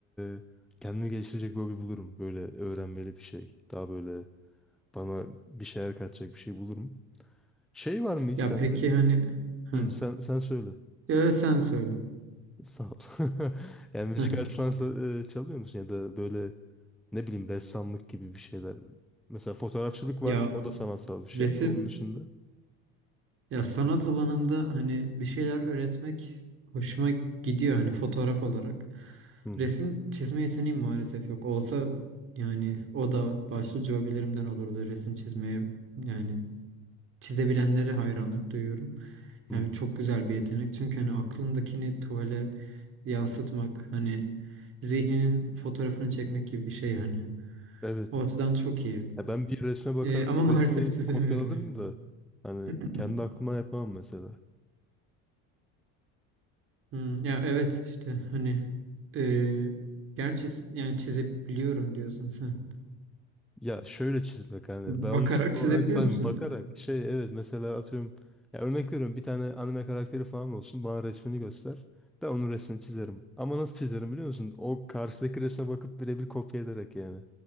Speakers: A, in the centre; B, on the right.
A: e, kendimi geliştirecek bir hobi bulurum. Böyle öğrenmeli bir şey. Daha böyle Bana bir şeyler katacak bir şey bulurum. Şey var mı hiç
B: Ya
A: sende?
B: peki hani ha.
A: Hı, sen sen söyle.
B: Ya sen söyle.
A: Sağ ol. <laughs> Yani müzik
B: Heh.
A: aleti falan sa- e, çalıyor musun ya da böyle ne bileyim ressamlık gibi bir şeyler. Mesela fotoğrafçılık var.
B: Ya
A: O da sanatsal bir şey
B: resim
A: ama onun dışında.
B: Ya sanat alanında hani bir şeyler öğretmek hoşuma gidiyor hani fotoğraf olarak.
A: Hı hı.
B: Resim çizme yeteneğim maalesef yok. Olsa yani o da başlıca hobilerimden olurdu resim çizmeye. Yani çizebilenlere hayranlık duyuyorum. Yani
A: Hı hı.
B: çok güzel bir yetenek. Çünkü hani aklındakini tuvale yansıtmak hani zihninin fotoğrafını çekmek gibi bir şey hani.
A: Evet.
B: O açıdan çok iyi.
A: Ya ben bir resme bakarak
B: Ee, ama
A: o
B: <laughs> maalesef
A: resmi
B: çizemiyorum
A: kopyalarım da hani
B: yani.
A: kendi aklımdan yapamam mesela.
B: Hmm, ya evet işte hani e, gerçi s- yani çizebiliyorum diyorsun sen.
A: Ya şöyle çizmek hani
B: Bakarak
A: ben onu çizme
B: çizebiliyor
A: olarak saymıyorum.
B: musun?
A: Bakarak şey evet mesela atıyorum ya örnek veriyorum bir tane anime karakteri falan olsun bana resmini göster. Ben onun resmini çizerim. Ama nasıl çizerim biliyor musun? O karşıdaki resme bakıp birebir kopya ederek yani.